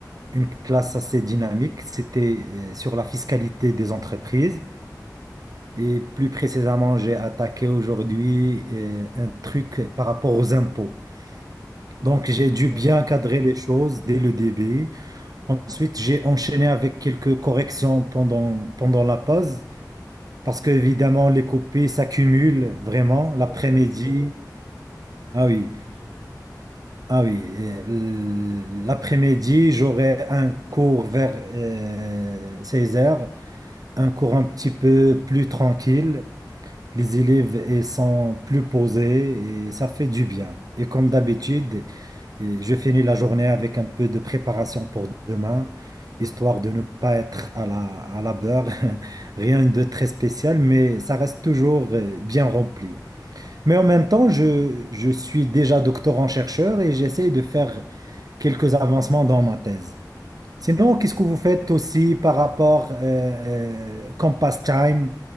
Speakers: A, on the right (about 60°); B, in the centre.
A: une classe assez dynamique. C'était euh, sur la fiscalité des entreprises. Et plus précisément, j'ai attaqué aujourd'hui euh, un truc par rapport aux impôts. Donc,
B: Je
A: j'ai dû
B: vois
A: bien
B: bien.
A: cadrer les choses dès le début. Ensuite, j'ai enchaîné avec quelques corrections pendant, pendant la pause, parce que évidemment, les copies s'accumulent vraiment
B: Il faut,
A: l'après-midi.
B: il faut, il
A: Ah
B: faut
A: oui,
B: protéger.
A: ah oui. euh, L'après-midi, j'aurai un cours vers euh, seize heures un cours un petit peu plus tranquille. Les élèves ils sont plus posés et ça fait du bien. Et comme d'habitude, et je finis la journée avec un peu de préparation pour demain, histoire de ne pas être à la, à la beurre. <laughs> Rien de très spécial, mais ça reste toujours euh, bien rempli. Mais en même temps, je, je suis déjà doctorant-chercheur et j'essaye de faire quelques avancements dans ma thèse. Sinon, qu'est-ce que vous faites aussi par rapport euh, euh, comme pastime?